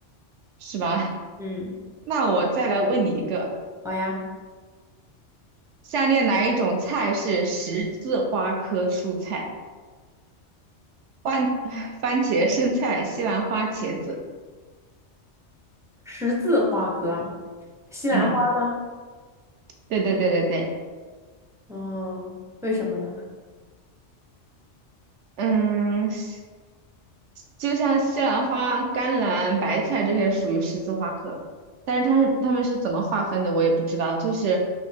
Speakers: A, on the right; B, in the centre.
A: 是吧？
B: 嗯，
A: 那我再来问你一个，
B: 好呀。
A: 下列哪一种菜是十字花科蔬菜？番 <laughs> 番茄、生菜、西兰花、茄子。
B: 十字花科，西兰花吗？
A: 嗯，对对对对对。
B: 哦，为什么呢？
A: 嗯，西就像西兰花、甘蓝、白菜这些属于十字花科，但是它是它们是怎么划分的，我也不知道。就是